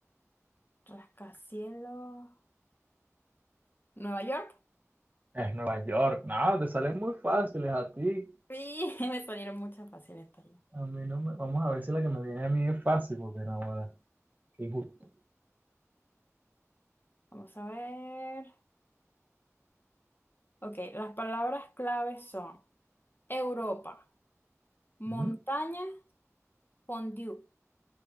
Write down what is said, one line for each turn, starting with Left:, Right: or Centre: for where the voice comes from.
Left: Rascacielos. Nueva York.
Right: Es Nueva York. No, te salen muy fáciles a ti.
Left: Sí, <laughs> me salieron muchas fáciles también.
Right: A mí no me... Vamos a ver si la que me viene a mí es fácil, porque no, ahora. Qué injusto.
Left: Vamos a ver. Ok, las palabras claves son Europa, montaña,
Right: ¿Mm?
Left: fondue,